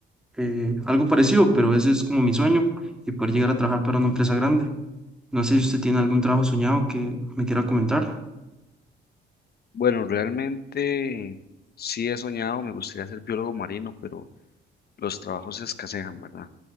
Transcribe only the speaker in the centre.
eh, algo parecido, pero ese es como mi sueño y poder llegar a trabajar para una empresa grande. No sé si usted tiene algún trabajo soñado que me quiera comentar.